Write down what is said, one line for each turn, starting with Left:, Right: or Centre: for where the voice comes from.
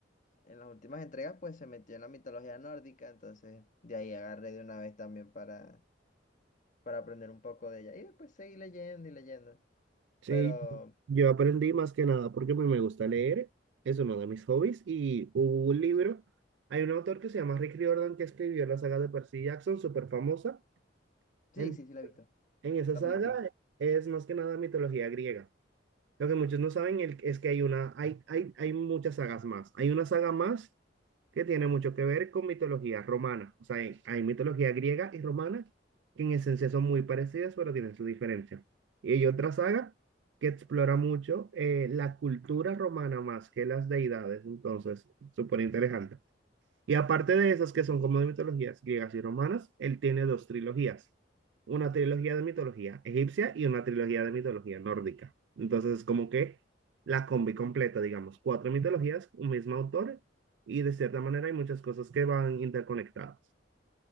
Left: en las últimas entregas pues se metió en la mitología nórdica, entonces de ahí agarré de una vez también para, para aprender un poco de ella y después seguí leyendo y leyendo,
Right: Sí,
Left: pero
Right: yo aprendí más que nada porque pues, me gusta leer, es uno de mis hobbies y hubo un libro, hay un autor que se llama Rick Riordan que escribió la saga de Percy Jackson, súper famosa.
Left: sí,
Right: En,
Left: sí, sí la he visto,
Right: en esa
Left: la
Right: saga
Left: película,
Right: es más que nada mitología griega. Lo que muchos no saben el- es que hay una, hay, hay, hay muchas sagas más. Hay una saga más que tiene mucho que ver con mitología romana. O sea, hay, hay mitología griega y romana que en esencia son muy parecidas, pero tienen su diferencia. Y hay otra saga que explora mucho eh, la cultura romana más que las deidades. Entonces, súper interesante. Y aparte de esas que son como de mitologías griegas y romanas, él tiene dos trilogías. Una trilogía de mitología egipcia y una trilogía de mitología nórdica. Entonces es como que la combi completa, digamos, cuatro mitologías, un mismo autor, y de cierta manera hay muchas cosas que van interconectadas.